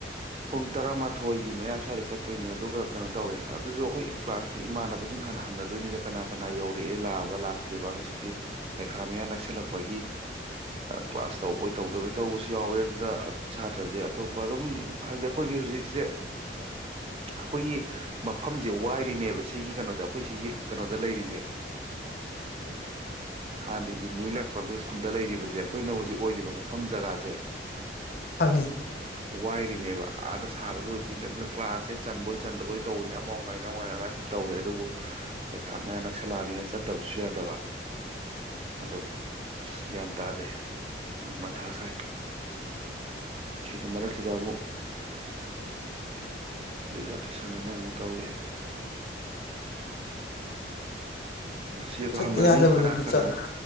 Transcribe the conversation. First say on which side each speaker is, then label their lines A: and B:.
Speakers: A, on the right; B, on the left.
A: ꯄꯨꯡ ꯇꯔꯥꯃꯥꯊꯣꯏꯒꯤ ꯃꯌꯥ ꯁ꯭ꯋꯥꯏꯗ ꯆꯠꯇꯣꯏꯅꯤ ꯑꯗꯨꯒ ꯀꯩꯅꯣ ꯇꯧꯋꯦ ꯑꯗꯨꯁꯨ ꯑꯩꯈꯣꯏ ꯀ꯭ꯂꯥꯁꯀꯤ ꯏꯃꯥꯟꯅꯕꯁꯤꯡ ꯍꯥꯟꯅ ꯍꯪꯅꯗꯣꯏꯅꯤꯗ ꯀꯅꯥ ꯀꯅꯥ ꯌꯧꯔꯛꯑꯦ ꯂꯥꯛꯑꯕ ꯂꯥꯛꯇ꯭ꯔꯤꯕ ꯍꯧꯖꯤꯛꯇꯤ ꯄꯩꯈꯥ ꯃꯌꯥ ꯅꯛꯁꯜꯂꯛꯄꯒꯤ ꯀ꯭ꯂꯥꯁ ꯇꯧꯕꯩ ꯇꯧꯗꯕꯩ ꯇꯧꯕꯁꯨ ꯨ ꯌꯥꯎꯋꯦ ꯑꯗꯨꯗ ꯁꯥꯇ꯭ꯔꯁꯦ ꯑꯇꯣꯞꯄ ꯑꯗꯨꯝ ꯍꯥꯏꯕꯗꯤ ꯑꯩꯈꯣꯏꯒꯤ ꯍꯧꯖꯤꯛꯁꯦ ꯑꯩꯈꯣꯏꯒꯤ ꯃꯐꯝꯁꯦ ꯋꯥꯏꯔꯤꯅꯦꯕ ꯁꯤꯒꯤ ꯀꯩꯅꯣꯗ ꯑꯩꯈꯣꯏ ꯁꯤꯒꯤ ꯀꯩꯅꯣꯗ ꯂꯩꯔꯤꯁꯦ ꯍꯥꯟꯅꯒꯤ ꯅ꯭ꯌꯨ ꯌꯥꯔ ꯄꯥꯕ꯭ꯂꯤꯛ ꯁ꯭ꯀꯨꯜꯗ ꯂꯩꯔꯤꯕꯁꯦ ꯑꯩꯈꯣꯏꯅ ꯍꯧꯖꯤꯛ ꯑꯣꯏꯔꯤꯕ ꯃꯐꯝ ꯖꯒꯥꯁꯦ
B: ꯈꯪꯉꯦ
A: ꯋꯥꯏꯔꯤꯅꯦꯕ ꯑꯥꯗ ꯁꯥꯕ ꯂꯣꯏꯗ꯭ꯔꯤꯕꯅꯦ ꯑꯗꯨꯅ ꯀ꯭ꯂꯥꯁꯁꯦ ꯆꯟꯕꯣꯏ ꯆꯟꯗꯕꯣꯏ ꯇꯧꯕꯅꯦ ꯑꯃꯥꯎ ꯉꯥꯏꯅ ꯑꯃ ꯉꯥꯏꯅ ꯑꯗꯨꯗꯥ ꯇꯧꯋꯦ ꯑꯗꯨꯕꯨ ꯄꯩꯈꯥ ꯃꯌꯥ ꯅꯛꯁꯂꯥꯅꯤꯅ ꯆꯠꯇꯕꯁꯨ ꯌꯥꯗꯕ ꯑꯗꯣ ꯑꯁ ꯒ꯭ꯌꯥꯟ ꯇꯥꯗꯦ ꯃꯊꯥ ꯁꯥꯏ ꯁꯤꯗ ꯃꯔꯛꯁꯤꯗ ꯑꯃꯨꯛ ꯗꯤꯖꯥꯔꯇꯦꯁꯟꯅ ꯑꯃꯨꯛ ꯇꯧ ꯂꯩ ꯑꯁꯤ ꯑꯗꯨ
B: ꯆꯠꯇ
A: ꯍꯪꯅꯅꯤ
B: ꯌꯥꯗꯕꯗꯨꯗꯤ
A: ꯀꯅꯥ ꯀꯅꯥ
B: ꯆꯠꯂꯣ